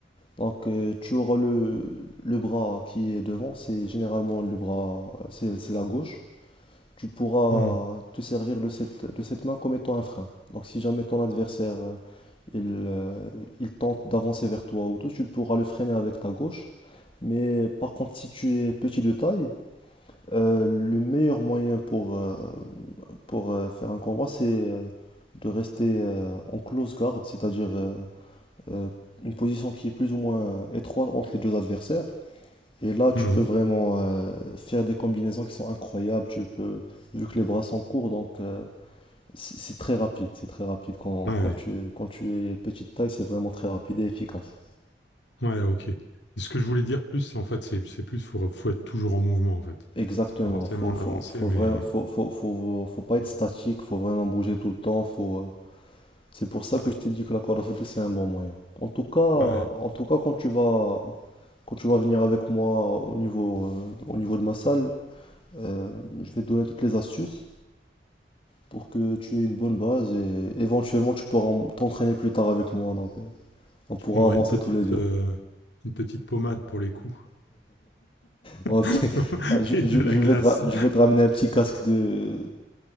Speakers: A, on the left; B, on the left.
A: Donc euh, tu auras le, le bras qui est devant, c'est généralement le bras, euh, c'est c'est la gauche. Tu pourras
B: Mhm.
A: te servir de cette, de cette main comme étant un frein. Donc si jamais ton adversaire euh, il, euh, il tente d'avancer vers toi ou tout, tu pourras le freiner avec ta gauche. Mais par contre si tu es petit de taille, euh, le meilleur moyen pour, euh, pour euh, faire un combat c'est euh, de rester euh, en close guard, c'est-à-dire euh, euh, une position qui est plus ou moins étroite entre les deux adversaires. Et là, tu
B: Mhm.
A: peux vraiment euh, faire des combinaisons qui sont incroyables. Tu peux, vu que les bras sont courts, donc euh, c'est c'est très rapide. C'est très rapide. Quand,
B: Ouais.
A: quand tu es, quand tu es petite taille, c'est vraiment très rapide et efficace.
B: Ouais, ok. Et ce que je voulais dire plus, c'est en fait, c'est c'est plus, faut, faut être toujours en mouvement en fait.
A: Exactement.
B: C'est pas forcément
A: Faut,
B: en
A: faut,
B: avancée,
A: faut,
B: mais...
A: vra- faut, faut, faut- faut pas
B: Hmm.
A: être statique. Faut vraiment bouger tout le temps. Faut, euh, C'est pour ça
B: Ouais,
A: que je t'ai dit que la corde à sauter, c'est un bon moyen. En tout cas,
B: ouais.
A: en tout cas, quand tu vas, quand tu vas venir avec moi au niveau, euh, au niveau de ma salle, euh, je vais te donner toutes les astuces. pour que tu aies une bonne base et éventuellement tu pourras t'entraîner plus tard avec moi. Donc euh, on pourra
B: Je prendrai
A: avancer
B: une petite,
A: tous les deux.
B: euh, une petite pommade pour les coups
A: Bon,
B: <laughs>
A: c'est- <laughs> ah, je,
B: et
A: je-
B: de la
A: je
B: glace,
A: vais te ra- je vais te ramener un petit casque de,